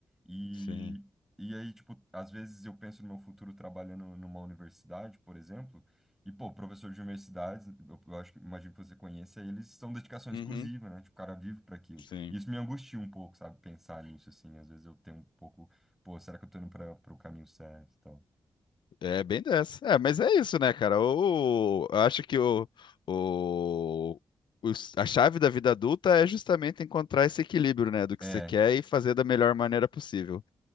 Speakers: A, in the centre; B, on the left.
A: E,
B: Sim.
A: e aí, tipo, às vezes eu penso no meu futuro trabalhando numa universidade, por exemplo, e, pô, professor de universidades, eu, eu acho, que- imagino que você conheça, eles são dedicação exclusiva,
B: Uhum,
A: né? Tipo, o cara vive para aquilo.
B: sim.
A: E isso me angustia um pouco, sabe, pensar nisso, assim, às vezes eu tenho um pouco pô, será que eu tô indo para o caminho certo? e tal?
B: É bem dessa. É, mas é isso, né, cara? O, eu acho que o, o, os- a chave da vida adulta é justamente encontrar esse equilíbrio, né, do que
A: É,
B: você quer e fazer da melhor maneira possível.